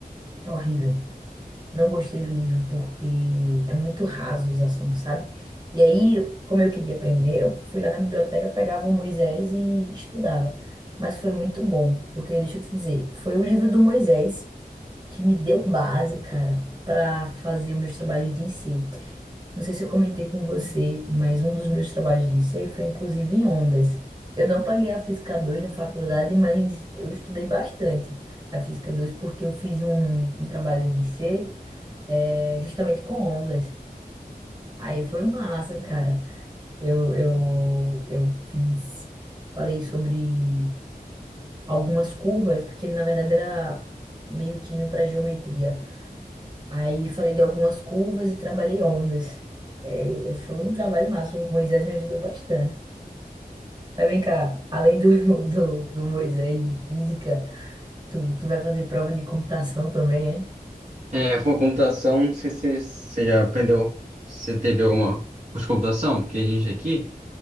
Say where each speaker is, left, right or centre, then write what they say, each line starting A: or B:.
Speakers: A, on the right (about 25°); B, on the right (about 50°).
A: É horrível. Não gostei do livro porque é muito raso os assuntos, sabe? E aí, como eu queria aprender, eu fui lá na biblioteca, pegava o Moisés e estudava. Mas foi muito bom, porque deixa eu te dizer, foi o livro do Moisés que me deu base, cara, para fazer meus trabalhos de I C Não sei se eu comentei com você, mas um dos meus trabalhos de I C foi inclusive em ondas. Eu não paguei a Física 2 na faculdade, mas eu estudei bastante a Física 2 porque eu fiz um, um trabalho de I C é, justamente com ondas. Aí foi massa, cara. Eu, eu, eu fiz, falei sobre algumas curvas, porque na verdade era meio que indo para geometria. Aí falei de algumas curvas e trabalhei ondas. É, foi um trabalho massa. O Moisés me ajudou bastante. Mas vem cá, além do, <laughs> do, do Moisés de física, tu, tu vai fazer prova de computação também, é?
B: É, pô, computação, não sei se você já aprendeu, se você teve alguma curso de computação, porque a gente aqui